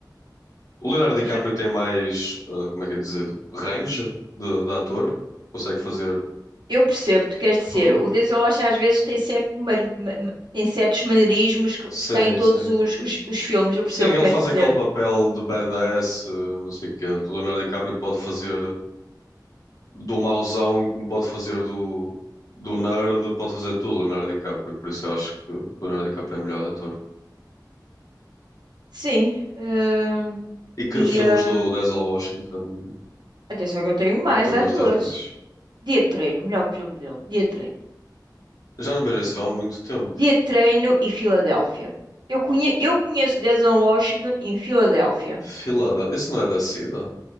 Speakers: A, on the left; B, on the right.
A: O Leonardo DiCaprio
B: Mas eu
A: tem mais, eh, como é que é dizer, tipo, range de, de ator, consegue fazer
B: eu percebo, tu queres dizer,
A: tudo.
B: o Denzel Washington às vezes tem, certo mari- ma- ma- tem certos maneirismos que,
A: Sim,
B: que está em todos
A: sim.
B: os, os, os filmes, eu
A: Sim,
B: percebo
A: ele
B: o que queres
A: faz
B: dizer.
A: aquele papel de badass, eh, não sei o quê. O Leonardo DiCaprio pode fazer do mauzão, como pode fazer do, do nerd, pode fazer tudo, Leonardo DiCaprio. Por isso eu acho que o Leonardo DiCaprio é o melhor ator.
B: Sim. ah,
A: E que
B: e
A: filmes
B: ah,
A: do Denzel Washington
B: atenção que eu tenho mais
A: é que tu
B: atores.
A: gostas mais?
B: Dia de Treino, o melhor filme dele. Dia de Treino.
A: Já não vejo esse filme há muito tempo.
B: Dia de treino e Filadélfia. Eu, conhe- eu conheço Denzel Washington em Filadélfia.
A: Filadel... Esse não é da SIDA?